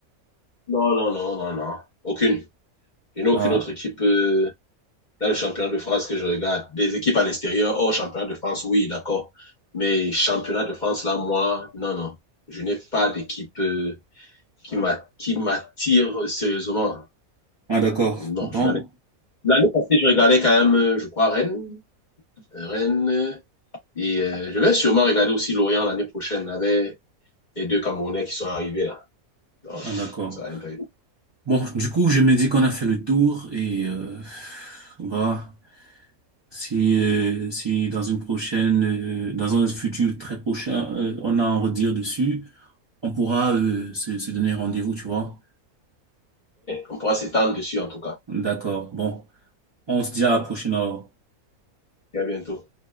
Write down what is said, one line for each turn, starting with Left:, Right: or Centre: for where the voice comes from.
Left: Non, non, non, non, non. Aucune. Il n'y a
Right: Ah,
Left: aucune autre équipe euh, dans le championnat de France que je regarde. Des équipes à l'extérieur, hors championnat de France, oui, d'accord. Mais championnat de France, là, moi, non, non. Je n'ai pas d'équipe euh, qui m'a- qui m'attire sérieusement.
Right: ah d'accord.
Left: Non,
Right: Bon,
Left: je n'en ai- L'année passée, je regardais quand même, euh, je crois, Rennes. Rennes. euh, Et euh, je vais sûrement regarder aussi Lorient l'année prochaine avec les deux Camerounais qui sont arrivés là. Donc,
Right: ah d'accord.
Left: ça va être...
Right: Bon, du coup, je me dis qu'on a fait le tour et euh, voilà. Si, euh, si dans une prochaine, euh, dans un futur très prochain, euh, on a à en redire dessus, on pourra euh, se, se donner rendez-vous, tu vois.
Left: on pourra s'étendre dessus en tout cas.
Right: D'accord. Bon. On se dit à la prochaine alors.
Left: Et à bientôt.